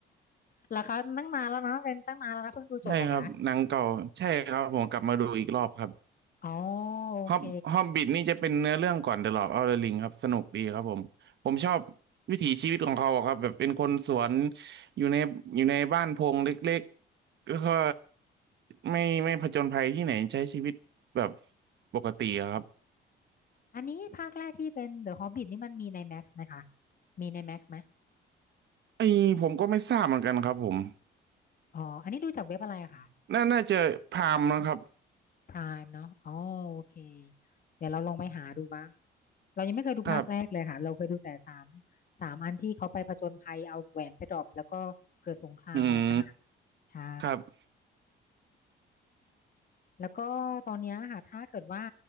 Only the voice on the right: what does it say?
ใช่ครับหนังเก่าใช่ครับผมกลับมาดูอีกรอบครับ
ฮอบฮอบบิทนี่จะเป็นเนื้อเรื่องก่อนเดอะลอ d ์ออฟเดอะริงครับสนุกดีครับผมผมชอบวิถีชีวิตของเขาอะครับแบบเป็นคนสวนอยู่ในอยู่ในบ้านโพงเล็กๆแล้วก็ไม่ไม่ผจญภัยที่ไหนใช้ชีวิตแบบปกติอะครับ
ไอ้ผมก็ไม่ทราบเหมือนกันครับผม
น่าน่าจะพามนะครับ
ครับ
อืม
ครับ